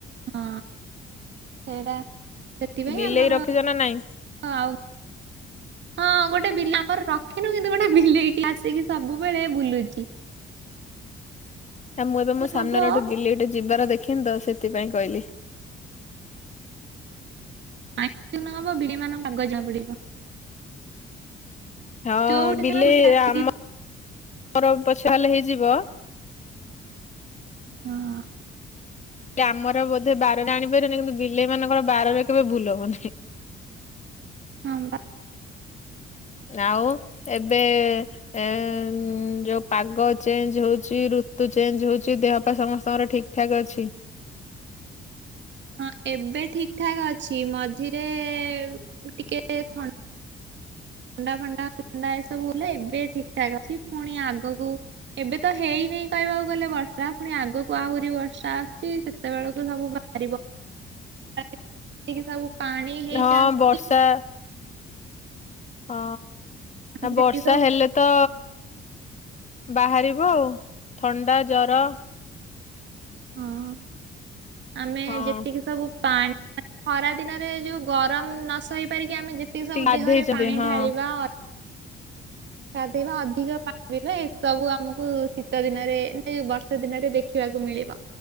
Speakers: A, on the right; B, on the left.
A: ହଁ ସେଇଟା ସେଥିପାଇଁ
B: ବିଲେଇ
A: ଆମର
B: ରଖିଛ ନା ନାଇଁ?
A: ଆଉ ହଁ ଗୋଟେ ବିଲାପ୍ ର୍ ରଖିନୁ କିନ୍ତୁ ଗୋଟେ ବିଲେଇଟିଏ ଆସିକି ସବୁବେଳେ ବୁଲୁଚି।
B: ନା ମୁଁ ଏବେ ମୋ ସାମ୍ନାରେ
A: ହବ
B: ଗୋଟେ ବିଲେଇ ଟେ ଯିବାର ଦେଖିନି ତ ସେଥିପାଇଁ କହିଲି।
A: ଆ <unintelligible> ନହବ ବିଲେଇ ମାନଙ୍କୁ ଆଗ ଜଣା ପଡିବ।
B: ହଁ
A: ଯୋଉଠି
B: ବିଲେଇ
A: ଥାଉ ଗୋଟେ ଆସିକି
B: ଆମ ର ପ ଚାଲେ ହେଇଯିବ
A: ହଁ।
B: ସେ ଆମର ବୋଧେ ବାରରେ ଆଣିପାରିବୁନି କିନ୍ତୁ ବିଲେଇମାନଙ୍କର ବାରରେ କେବେ ଭୁଲ ହବନି।
A: <unintelligible>
B: ଆଉ ଏବେ ଏ ଯୋଉ ପାଗ ଚେଞ୍ଜ ହଉଚି ଋ ଋତୁ ଚେଞ୍ଜ ହଉଚି ଦେହ ପା ସମସ୍ତଙ୍କର ଠିକ୍ ଠାକ୍ ଅଛି?
A: ହଁ ଏବେ ଠିକ ଠାକ୍ ଅଛି ମଝିରେ ଟିକେ ଥଣ୍ଡ ଥଣ୍ଡା ଫଣ୍ଡା ଫଣ୍ଡା ଏସବୁ ବଲେ ଏବେ ଠିକ ଠାକ୍ ଅଛି ପୁଣି ଆଗକୁ ଏବେ ତ ହେଇ ନେଇ କହିବାକୁ ଗଲେ ବର୍ଷା ପୁଣି ଆଗକୁ ଆହୁରି ବର୍ଷା ଆସୁଚି ସେତେବେଳକୁ ସବୁ ବାହାରିବ। <unintelligible> ଟିକେ ସବୁ ପାଣି ହେଇଛନ୍ତି
B: ହଁ ବର୍ଷା ହଁ
A: ଆମେ
B: ନା ବର୍ଷା
A: ଯେତିକି ସବୁ
B: ହେଲେ ତ ବାହାରିବ ଆଉ ଥଣ୍ଡା ଜର।
A: ହଁ। ଆମେ
B: ହଁ
A: ଯେତିକି ସବୁ ପାଣି ଖରା ଦିନରେ ଯୋଉ ଗରମ ନ ସହି ସେପରିକି ଆମେ ଯେତିକି ସବୁ
B: ଗାଧେଇଛନ୍ତି
A: ଦେହରେ ପାଣି
B: ହଁ
A: ଢାଳିବା ଦେଇବା ଅଧିକ ପାଣି ପିଇବା ଏ ସବୁ ଆମକୁ ଶୀତ ଦିନରେଏ ବର୍ଷା ଦିନରେ ଦେଖିବାକୁ ମିଳ। ମିଳିବ